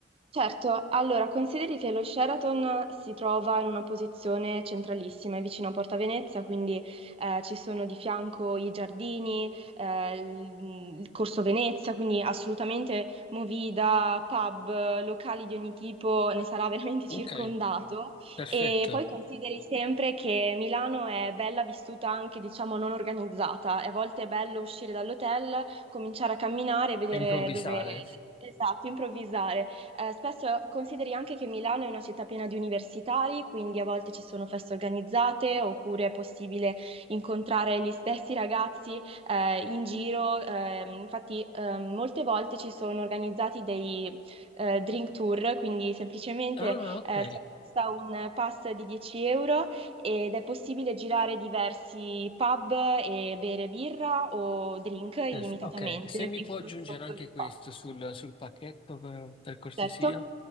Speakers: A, on the right (about 30°); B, on the left (about 30°).
A: Certo, allora consideri che lo Sheraton si trova in una posizione centralissima, è vicino a Porta Venezia, quindi eh, ci sono di fianco i giardini, eh, il il Corso Venezia, quindi assolutamente movida, pub, locali di ogni tipo, ne sarà <laughs> veramente
B: Ok,
A: circondato.
B: perfetto.
A: E poi consideri sempre che Milano è bella vissuta anche, diciamo, non organizzata. E A volte è bello uscire dall'hotel, cominciare a camminare e vedere
B: E improvvisare.
A: dove... Esatto, improvvisare. Eh, spesso consideri anche che Milano è una città piena di universitari, quindi a volte ci sono feste organizzate oppure è possibile incontrare gli stessi ragazzi eh, in giro. Ehm, infatti, ehm, molte volte ci sono organizzati dei eh, drink tour, quindi semplicemente
B: Ah, ok.
A: eh, si acquista un pass di 10 euro ed è possibile girare diversi pub e bere birra o drink illimitatamente
B: Perfe- Ok, se mi
A: finché
B: può aggiungere
A: non si conclude
B: anche
A: il
B: questo
A: pass.
B: sul, sul pacchetto per, per cortesia.
A: Certo.